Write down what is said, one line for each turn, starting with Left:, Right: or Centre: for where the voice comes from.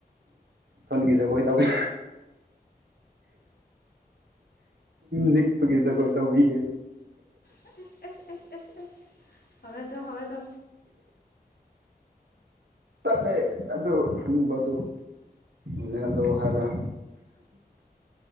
Right: ꯐꯣꯟꯒꯤ ꯖꯒꯣꯏ ꯇꯧꯒꯦ ꯅꯤꯛꯄꯒꯤ ꯖꯒꯣꯏ ꯇꯧꯕꯤꯒꯦ
Left: ꯑ ꯑ ꯑꯁ ꯑꯁ ꯑꯁ ꯍꯔꯗ ꯍꯔ
Right: ꯇꯜꯂꯦ ꯑꯗꯨ ꯍꯟꯅꯨꯕꯗꯨ ꯅꯣꯅꯦꯜꯗꯣ ꯍꯥꯏꯕ꯭ꯔꯥ